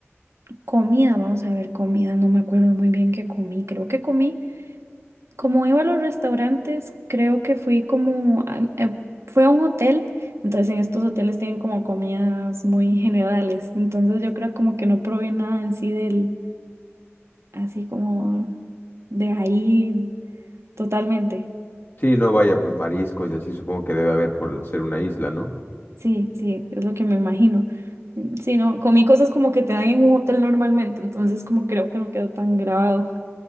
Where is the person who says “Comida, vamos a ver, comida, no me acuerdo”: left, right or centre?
Right